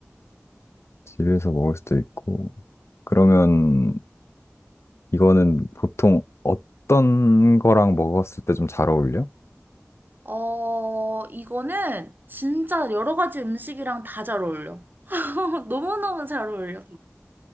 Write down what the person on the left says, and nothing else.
집에서 먹을 수도 있고, 그러면 이거는 보통 어떤 거랑 먹었을 때 좀 잘 어울려?